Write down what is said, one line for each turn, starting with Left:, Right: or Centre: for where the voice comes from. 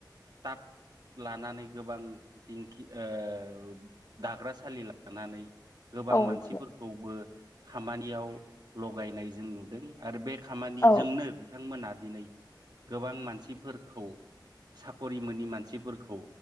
Right: दाब लानानै गोबां दिंखि ओ दाग्रासालि लानानै गोबां
Left: औ
Right: मानसिफोरखौबो
Left: नंगौ
Right: खामानियाव लगायनाय जों नुदों आरो बे खामानिजोंनो
Left: औ
Right: बिथांमोना दिनै गोबां मानसिफोरखौ साख'रि मोनि मानसिफोरखौ